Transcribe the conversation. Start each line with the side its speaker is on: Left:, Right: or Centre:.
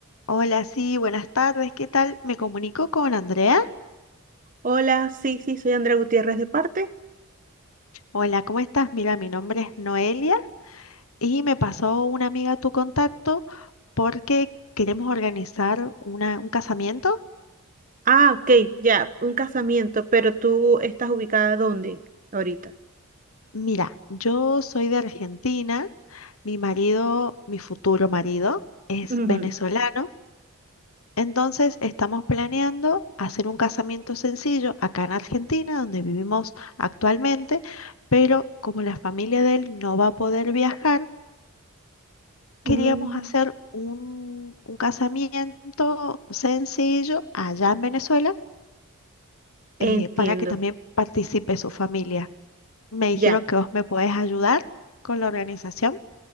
Left: Hola, sí, buenas tardes, ¿qué tal? Me comunico con Andrea.
Right: Hola, sí, sí, soy Andrea Gutiérrez de parte.
Left: Hola, ¿cómo estás? Mira, mi nombre es Noelia y me pasó una amiga tu contacto porque queremos organizar una, un casamiento.
Right: Ah, ok, ya, un casamiento, pero tú estás ubicada dónde ahorita.
Left: Mira, yo soy de Argentina, mi marido, mi futuro marido, es
Right: Ujú,
Left: venezolano, entonces estamos planeando hacer un casamiento sencillo acá en Argentina, donde vivimos actualmente, pero como la familia de él no va a poder viajar, queríamos
Right: mm,
Left: hacer un, un casamiento sencillo allá en Venezuela
Right: entiendo,
Left: eh, para que también participe su familia. Me dijeron
Right: ya.
Left: que vos me podés ayudar con la organización.